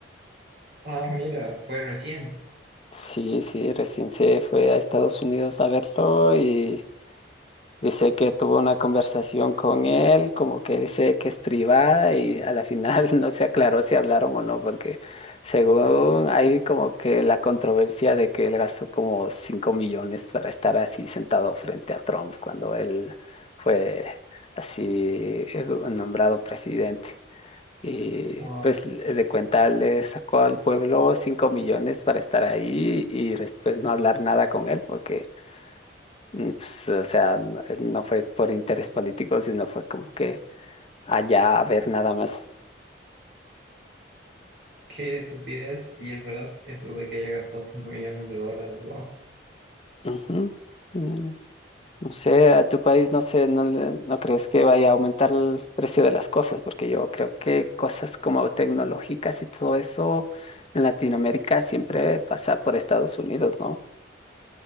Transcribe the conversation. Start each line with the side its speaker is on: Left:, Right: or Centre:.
Right: Ah, mira, fue recién.
Left: sí, sí, recién se fue a Estados Unidos a verlo y Dice que tuvo una conversación con él, como que dice que es privada y a la final <laughs> no se aclaró si hablaron o no, porque según hay como que la controversia de que él gastó como 5 millones para estar así sentado frente a Trump cuando él fue así eh, nombrado presidente. Y
Right: Wow,
Left: pues le- de cuenta le sacó al pueblo 5 millones para estar ahí y después no hablar nada con él porque y, pues, o sea, no eh, no fue por interés político, sino fue como que allá a ver nada más.
Right: qué estupidez. Sí, es verdad, eso de que haya gastado 5 millones de dólares. Wow.
Left: Ujú. Mm, No sé, a tu país, no sé, no, le- no crees que vaya a aumentar el precio de las cosas, porque yo creo que cosas como tecnológicas y todo eso en Latinoamérica siempre pasa por Estados Unidos, ¿no?